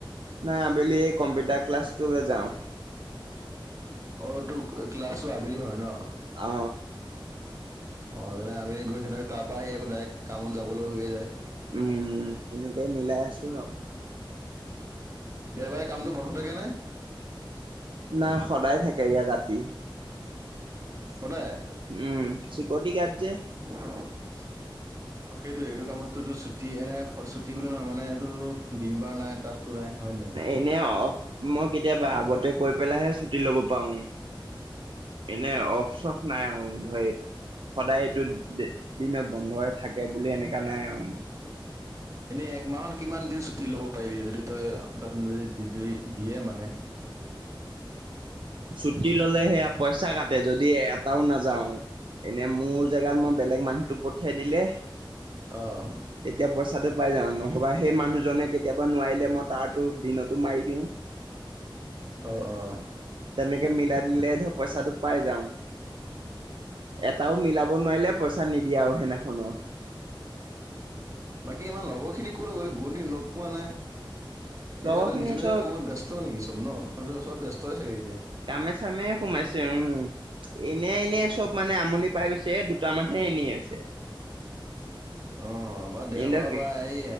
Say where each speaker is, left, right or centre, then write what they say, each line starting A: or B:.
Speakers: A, on the right; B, on the right.
A: না আবেলি এই কম্পিউটা ক্লাছটোলে যাওঁ
B: অঁ তোৰ ক্লাছটো আবেলি হয় ন
A: অ
B: <unintelligible> তাৰ পৰা আহি আকৌ ডাইৰেক্ট কামত যাবলৈ হৈয়ে যায়
A: উম সেনেকেই মিলাই আছো আউ
B: দেওবাৰে কামটো বন্ধ থাকে নে
A: না সদায় থাকে ইয়াত ৰাতি
B: সদায়
A: উম চিকৰটি গাৰ্ড যে
B: <inaudible> অঁ সেইটোৱে এইটো কামতটোতো ছুটিয়ে নাই ছুটি বুলি নহয় মানে এইটো দিন বাৰ নাই তাততো নাই হয় নাই।
A: এনে অ মই কেতিয়াবা আগতে কৈ পেলাইহে ছুটি ল'ব পাৰোঁ এনেই অফ চফ নাই আৰু ধৰি। সদায় এইটো দিনত বন্ধই থাকে বুলি এনেকুৱা নাই আও।
B: উম। এনেই এক মাহত কিমান দিন ছুটি ল'ব পাৰিবি যদি তই তাত মানে যদি দিয়ে মানে।
A: ছুটি ললে সেয়া পইচা কাটে যদি এটাও নাযাওঁ। এনেই মোৰ জেগাত মই বেলেগ মানুহটো পঠিয়াই দিলে।
B: অহ
A: তেতিয়া পইচাটো পায় যাওঁ নহবা সেই মানুহজনে কেতিয়াবা নোৱাৰিলে মই তাৰতো দিনতো মাৰি দিওঁ।
B: অহ অহ।
A: তেনেকে মিলাই দিলে ধৰ পইছাটো পাই যাওঁ এটাও মিলাব নোৱাৰিলে পইছা নিদিয়ে আও সেইনাখন।
B: বাকী আমাৰ লগৰ খিনি ক'লৈ গ'ল এই বহুত দিন লগ পোৱা নাই।
A: লগৰ
B: এতে
A: খিনি
B: নিজৰ নিজৰ
A: চব
B: কামত ব্যস্ত নেকি চব ন চব চব ব্যস্তই চাগে এতিয়া।
A: কামে চামে সোমাইছে উম এনে
B: অ
A: এনে চব। মানে আমনি পাই গৈছে এ দুটামানহে এনে আছে।
B: অহ বা দেওবাৰ
A: এহঁতক
B: বা এই